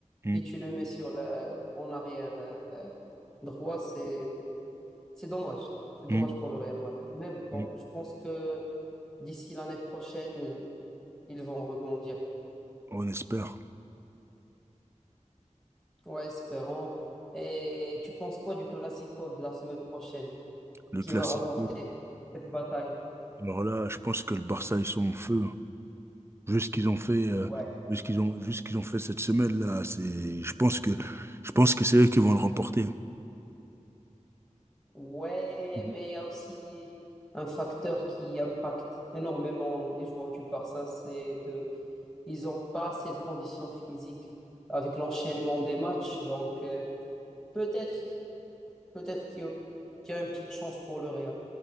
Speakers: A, on the right; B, in the centre.
A: Mm,
B: et tu le mets sur la, en arrière euh, droit, c'est, c'est dommage. C'est dommage
A: mm,
B: pour le Real Madrid. Mais bon,
A: mm.
B: je pense que d'ici l'année prochaine, euh, ils vont rebondir.
A: On espère.
B: Ouais, espérons. Et tu penses quoi du Classico de la semaine prochaine?
A: Le
B: Qui
A: classique.
B: va remporter cette bataille?
A: Alors là, je pense que le Barça, ils sont en feu. hein. Vu ce qu'ils ont fait, euh,
B: Ouais.
A: vu ce qu'ils ont, vu ce qu'ils ont fait cette semaine-là, c'est, je pense que, je pense que c'est eux qui vont le remporter.
B: Ouais,
A: Mhm.
B: mais il y a aussi un facteur qui impacte énormément les joueurs du Barça, c'est de, ils n'ont pas assez de conditions physiques avec l'enchaînement des matchs. Donc, euh, Peut-être, peut-être qu'il y a, qu'il y a une petite chance pour le Real.